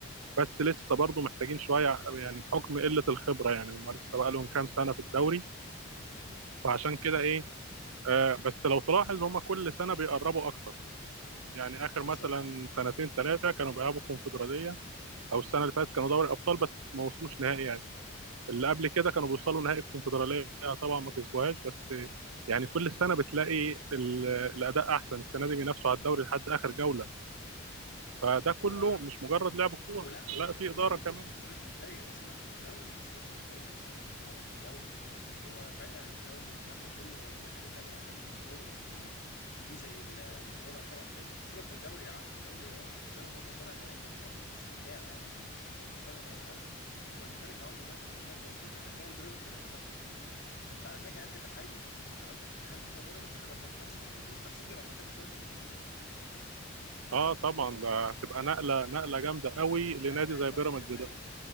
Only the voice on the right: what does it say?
بس لسه برضو محتاجين شويه يعني بحكم قله الخبره يعني هما لسه بقى لهم كام سنه في الدوري فعشان كده ايه آه بس لو تلاحظ هما كل سنه بيقربوا اكتر يعني اخر
مثلا سنتين ثلاثه كانوا بيلعبوا كونفدراليه او السنه اللي فاتت كانوا دوري ابطال بس ما وصلوش نهائي يعني اللي قبل كده كانوا بيوصلوا نهائي الكونفدراليه طبعا ما كسبوهاش بس يعني كل سنه بتلاقي ال- الاداء احسن السنه دي بينافسوا على الدوري لحد اخر جوله فده كله
مش مجرد لعب كوره
لا في
اداره كمان
اه طبعا ده هتبقى
نقله نقله جامده قوي لنادي
زي
بيراميدز ده